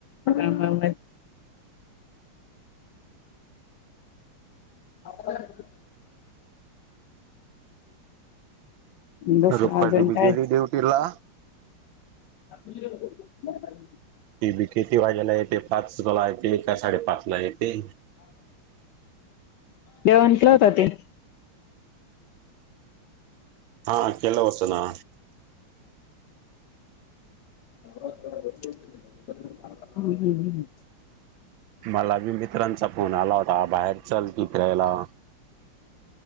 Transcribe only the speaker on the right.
रुपाली
बी
गेली ड्युटीला.
ती बी किती वाज्याला येते पाचला येते का साडेपाच ला येते
हा केल होतं ना.
मला बी मित्रांचा फोन आला होता बाहेर चल तू फिरायला.